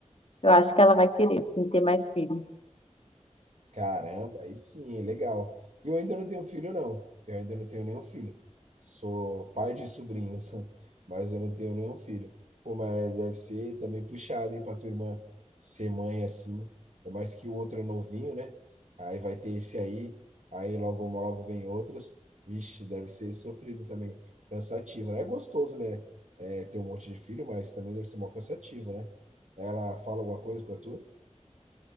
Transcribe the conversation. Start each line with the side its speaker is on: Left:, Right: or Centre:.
Left: eu acho que ela vai querer sim, ter mais filhos.
Right: Caramba, aí sim, hein, legal. E eu ainda não tenho filho, não. Eu ainda não tenho nenhum filho. Sou pai de sobrinhos, <laughs> mas eu não tenho nenhum filho. Pô, mas deve ser também puxado, hein, pra tua irmã ser mãe assim. Ainda mais que o outro é novinho, né? Aí vai ter esse aí, aí logo, logo vem outros. Vixe, deve ser sofrido também. Cansativo, né? É gostoso, né? É, ter um monte de filho, mas também deve ser mó cansativo, né? Ela fala alguma coisa pra tu?